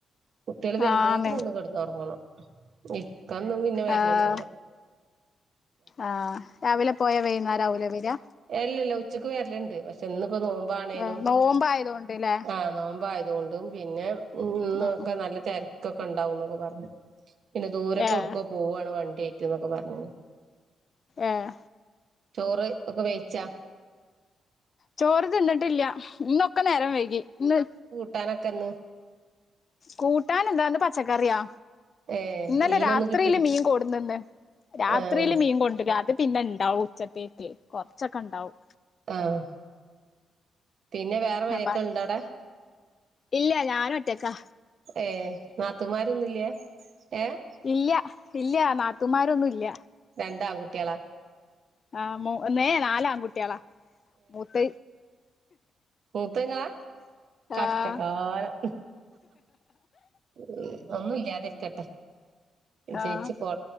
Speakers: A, on the right (about 60°); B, on the left (about 45°).
A: കുട്ടിള് വരുമ്പോത്തിന്
B: ആന്ന്
A: ഒന്ന് കിടന്ന് ഉറങ്ങണം ഇക്കന്നും പിന്നെ വേരലുംണ്ടാവൂല്ല
B: ആഹ് ആഹ് രാവിലെ പോയാ വൈകുന്നേരം ആവുല്ലേ വരാ
A: അല്ല ഇല്ല ഉച്ചക്ക് വരലുണ്ട് പക്ഷെ ഇന്ന് ഇപ്പോ നോ ണേനും
B: ഏഹ് നോമ്പായതോണ്ട്ല്ലേ
A: ആ നോമ്പ ആതുകൊണ്ടും പിന്നെ ഇന്നൊക്കെ
B: ഉം ഉം
A: നല്ല തിരക്കൊക്കെ ഇണ്ടാവുന്നെക്കെ പറഞ്ഞ് പിന്നെ ദൂരൊക്കെ
B: ഏഹ്
A: കൊടുക്കെ പോവാണ് വണ്ടി ഐറ്റ് എന്നൊക്കെ പറഞ്
B: ആഹ്
A: ചോറ് ഒക്കെ വേയിച്ചാ
B: ചോറ് തിന്നിട്ടില്ല ഇന്നൊക്കെ നേരം വൈകി ഇന്ന്
A: ട്ടനക്കുന്നു
B: കൂട്ടാൻ എന്താന്ന് പച്ചക്കറിയാ
A: ഏഹ്
B: ഇന്നലെ
A: മീനൊന്നും
B: രാത്രിയില്
A: കിട്ടില്ല
B: മീൻ കൊടുന്നുണ്ട് രാത്രിയില്
A: ആഹ്
B: മീൻ കൊണ്ട രാത്രി പിന്നെ ഇണ്ടാവും ഉച്ചത്തേക്ക് കൊറച്ചൊക്കെ ഉണ്ടാവും
A: ആഹ് പിന്നെ വേറെ മഴയൊക്ക
B: അപ്പ
A: ഉണ്ടോ അവിടെ
B: ഇല്ല ഞാൻ ഒറ്റേക്കാ
A: ഏ് നാത്തൂൻമാരൊന്നുമില്ല ഏഹ്
B: ഇല്ല ഇല്ല നാത്തുമാരൊന്നും ഇല്ല
A: രണ്ടാൺകുട്ടികള
B: ആഹ് നാല ആൺകുട്ടികളാ മൂത്ത
A: മൂത്തുങ്ങളാ കഷ്ടകാലം
B: ആഹ്
A: ഉ ഒന്നുംല്ലാതിരിക്കട്ടെ ചേച്ചി
B: ആഹ്
A: കൊ